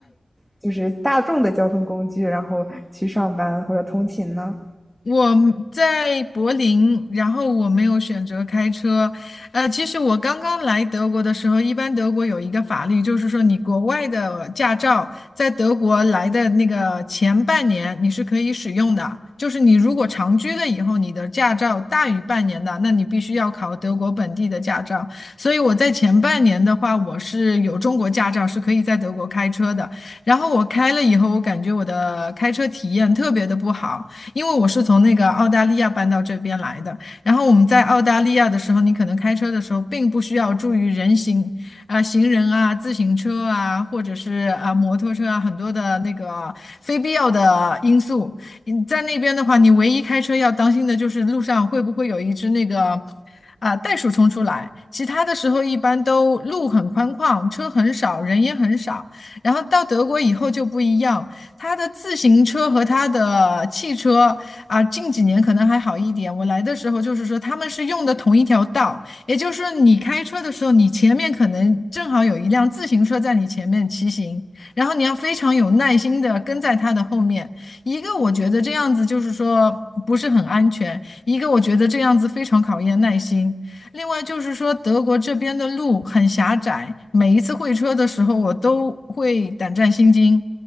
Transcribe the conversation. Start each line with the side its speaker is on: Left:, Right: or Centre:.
Centre: 就是大众的交通工具，然后去上班或者通勤呢？
Left: 我在柏林，然后我没有选择开车。呃，其实我刚刚来德国的时候，一般德国有一个法律，就是说你国外的驾照在德国来的那个前半年你是可以使用的，就是你如果长居了以后，你的驾照大于半年的，那你必须要考德国本地的驾照。所以我在前半年的话，我是有中国驾照，是可以在德国开车的。然后我开了以后，我感觉我的开车体验特别的不好。因为我是从那个澳大利亚搬到这边来的。然后我们在澳大利亚的时候，你可能开车的时候并不需要注意人行啊、行人啊、自行车啊，或者是啊、摩托车啊，很多的那个非必要的因素。嗯在那边的话，你唯一开车要当心的就是路上会不会有一只那个。啊，袋鼠冲出来，其他的时候一般都路很宽旷，车很少，人也很少。然后到德国以后就不一样，他的自行车和他的汽车啊，近几年可能还好一点。我来的时候就是说，他们是用的同一条道，也就是说，你开车的时候，你前面可能正好有一辆自行车在你前面骑行，然后你要非常有耐心的跟在他的后面。一个我觉得这样子就是说不是很安全，一个我觉得这样子非常考验耐心。另外就是说，德国这边的路很狭窄，每一次会车的时候，我都会胆战心惊，